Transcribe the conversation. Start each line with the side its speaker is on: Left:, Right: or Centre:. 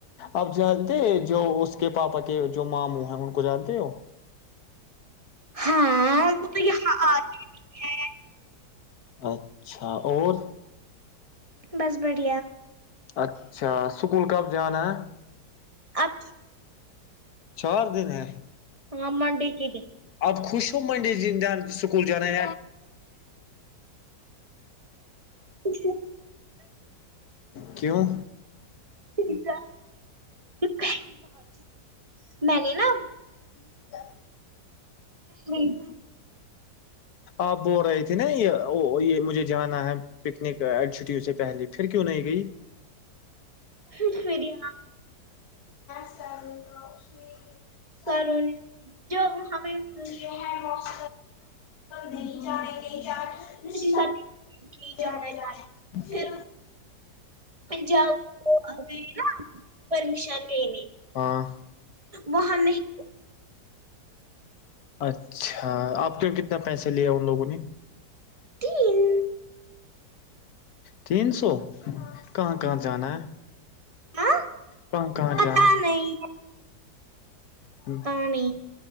Left: آپ جانتے جو اس کے پاپا کے جو ماموں ہیں ان کو جانتے ہو
Right: ہاں وہ تو یہاں آمی بھی ہے
Left: اچھا اور
Right: بس بڑھیا
Left: اچھا سکول کب جانا ہے
Right: اب
Left: چار دن ہے
Right: ہاں منڈے کے دن
Left: اب خوش تو منڈے جان سکول جان ہے
Right: کشے
Left: کیوں
Right: کچا پہلی بہت جونا ہے میں نے نا
Left: ستا
Right: نہیں
Left: آپ بول رہے تھے نا یہ یہ مجھے جانا ہے پکنک ای چھٹیوں سے پہلے پھر کیوں نہیں گئی
Right: پہلے ہی
Left: سال کا اس
Right: بھر رکھی ہے میری سروں نے جو ہمیں اسی
Left: ہیں موس نہیں جے نہیں جان رش
Right: ساتھ نہیں
Left: جا
Right: جانا چاہتی
Left: جھر
Right: پھر میں جاؤں گی نا پرمیشن لینے
Left: ہاں
Right: وہاں نہیں
Left: اچھا آپ کے کتنا پیسے لے ان لوگوں نے
Right: تین
Left: ہ تین سو کہاں کہاں جانا ہے
Right: ہاں
Left: کہاں کہاں
Right: پتا
Left: جان
Right: نہیں
Left: ہ
Right: پتا نہیں